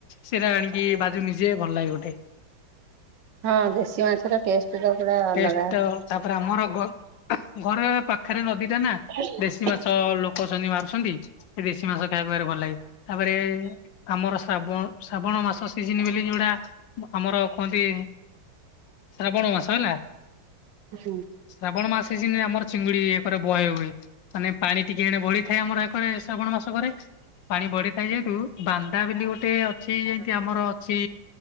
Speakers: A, on the left; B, on the right.
A: ସେଇଟା ଆଣିକି ବାଜୁ ନିଜେ ଭଲ ଲାଗେ ଗୋଟେ।
B: ହଁ ଦେଶୀ ମାଛର ଟେଷ୍ଟ <unintelligible> ପୁରା ଅଲଗା।
A: ଟେଷ୍ଟ ତାପରେ ଆମର ଘ-ଘର ପାଖରେ ନଦୀ ଟା ନା।
B: <inaudible>
A: ଦେଶୀ ମାଛ ଲୋକ ଅଛନ୍ତି ମାରୁଛନ୍ତି ସେ ଦେଶୀ ମାଛ ଖାଇବାକୁ ଭାରି ଭଲ ଲାଗେ ତାପରେ ଆମର ଶ୍ରାବଣ ଶ୍ରାବଣ ମାସ ସିଜିନ ବୋଲି ଯୋଉଟା ଆମର କୁହନ୍ତି ଶ୍ରାବଣ ମାସ ହେଲା
B: ଉ ଶୁ
A: ଶ୍ରାବଣ ମାସ ଜେମିଇ ଆମର ଚିଙ୍ଗୁଡି ରେ ବହେ ହୁଏ ମାନେ ପାଣି ଟିକେ ଏଣେବଳିଥାଏ ଆମରରେ ଶ୍ରାବଣ ମାସ କରେ ପାଣି ବଢିଥାଏ ଯେହେତୁ ବାନ୍ଦା ବୋଲି ଗୋଟେ ଅଛି ଯେମତି ଆମର ଅଛି